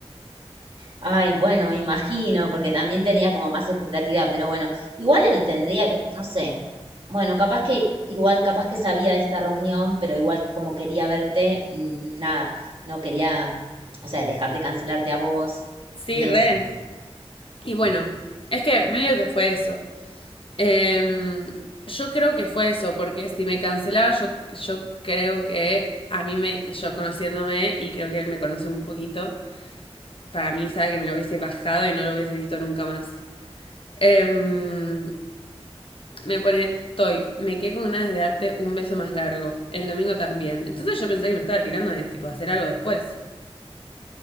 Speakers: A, on the right (about 55°); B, on the left (about 55°).
A: Ay, bueno, imagino, porque también tenía como más expectativa, pero bueno, igual él tendría que, no sé, bueno, capaz que, igual capaz que sabía de esta reunión, pero igual como quería verte, mm, nada, no quería, o sea, dejar de cancelarte a vos
B: Sí,
A: y eso.
B: re. Y bueno, es que medio que fue eso. Em, yo creo que fue eso, porque si me cancelaba, yo, yo creo que a mí me, yo conociéndome, y creo que él me conoce un poquito, para mí sabe que me lo hubiese bajado y no lo hubiese visto nunca más. Em, Me pone, Toy, me quedé con ganas de darte un beso más largo. El domingo también. Entonces yo pensé que me estaba tirando de tipo hacer algo después.